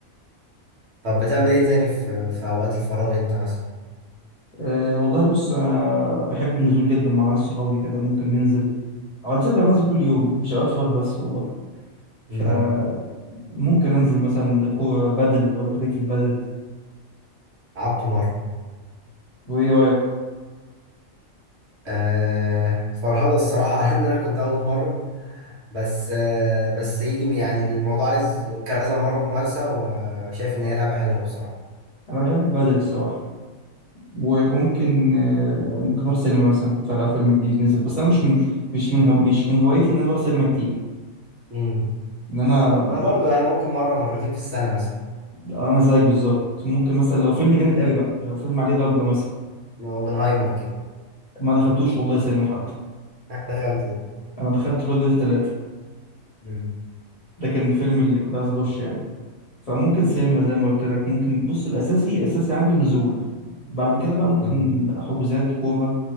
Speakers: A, on the right (about 55°); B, on the left (about 30°).
A: طب بتعمل ايه تاني في في اوقات الفراغ انت مثلا
B: أه والله بص أنا بحب النزول جدا مع ناس صحابي كده ممكن ننزل عادة أنا بنزل كل يوم مش أوقات فراغ بس والله فممكن
A: امم
B: أنزل مثلا كورة بدل لو أنت ليك في البدل
A: لعبته مره
B: وإيه رأيك؟
A: آه فرهضه الصراحه <laughs> على ان انا كنت اول مره بس آه بس يجي يعني الموضوع عايز كذا مره ممارسه وشايف ان هي لعبه حلوه بصراحه
B: أنا بحب البدل الصراحة وممكن أه ممكن نروح سينما مثلا نتفرج على فيلم جديد نزل بس أنا مش من مش من هو مش من هوايتي إن أنا أروح سينما كتير
A: امم
B: إن أنا ب...
A: انا برضو يعني ممكن مره مرتين في السنه مثلا
B: أنا زيك بالظبط ممكن مثلا لو فيلم جامد قوي بقى لو فيلم عليه ضجة مثلا
A: اوبنهايمر كده
B: ما دخلتوش والله سينما حتى
A: <laughs> أنا دخلت ده
B: أنا دخلت الواد الثلاثة
A: امم
B: ده كان الفيلم اللي كنت عايز اخش يعني فممكن سينما زي ما قلت لك ممكن بص الاساسي الاساسي عندي النزول بعد كده بقى ممكن
A: امم
B: حجوزات كوره